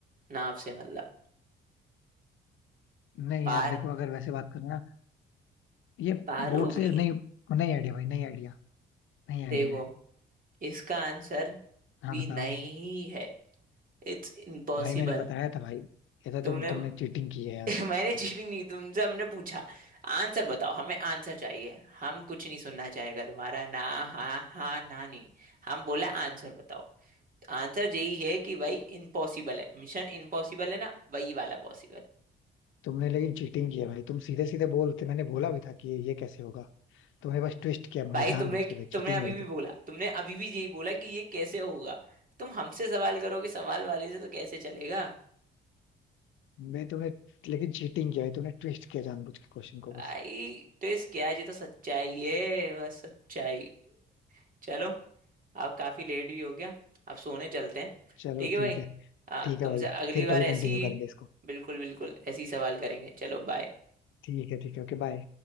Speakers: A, on the right (about 45°); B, on the left (about 80°).
A: नाव से मतलब
B: नहीं
A: पार
B: यार देखो अगर वैसे बात करें ना ये
A: पार
B: बोट
A: होगी
B: से नहीं नहीं आइडिया भाई नहीं आइडिया नहीं आइडिया
A: देखो
B: है
A: इसका आंसर
B: हाँ
A: भी
B: बताओ
A: नहीं है इट्स इम्पॉसिबल
B: भाई मैंने बताया था भाई ये तो
A: तुमने
B: तुम तुमने
A: <laughs>
B: चीटिंग की है यार
A: मैंने चीटिंग नहीं की तुमसे हमने पूछा आंसर बताओ हमें आंसर चाहिए हम कुछ नहीं सुनना चाहेगा तुम्हारा ना हाँ हाँ ना नहीं हम बोला आंसर बताओ आंसर यही है कि भाई इम्पॉसिबल है मिशन इम्पॉसिबल है ना वही वाला पॉसिबल
B: तुमने लेकिन चीटिंग की है भाई तुम सीधे सीधे बोलते मैंने बोला भी था कि ये कैसे होगा तुमने बस ट्विस्ट किया
A: भाई
B: मुझे जानबूझ
A: तुमने
B: के भाई
A: तुमने
B: चीटिंग
A: अभी
B: है
A: भी बोला तुमने अभी भी यही बोला कि ये कैसे होगा तुम हमसे सवाल करोगे सवाल वाले से तो कैसे चलेगा
B: मैं तुमने लेकिन चीटिंग किया है तुमने ट्विस्ट किया जानबूझ के क्वेश्चन को बस
A: आई तो इस क्या है? ये तो सच्चाई है बस सच्चाई चलो आप काफी लेट भी हो गया आप सोने चलते हैं
B: चलो
A: ठीक है भाई
B: ठीक है
A: आ,
B: ठीक है
A: तुमसे
B: भाई
A: अगली
B: फिर
A: बार
B: कभी
A: ऐसी
B: कंटिन्यू करेंगे इसको
A: बिल्कुल बिल्कुल ऐसी सवाल करेंगे चलो बाय
B: ठीक है ठीक है ओके बाय